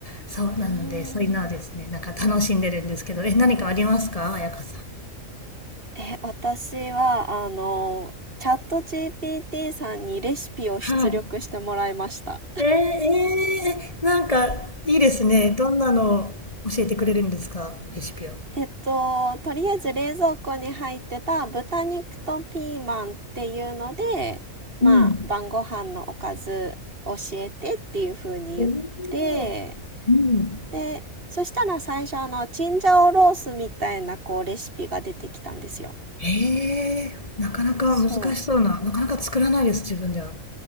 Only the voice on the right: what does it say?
うーん。え、私は、あの、チャット GPT さんにレシピを出力してもらいました。
えっと、とりあえず冷蔵庫に入ってた豚肉とピーマンっていうので、まあ、
晩ご飯のおかず教えてっていう風に言って、
で、そしたら最初あの、チンジャオロースみたいなこうレシピが出てきたんですよ。
そう。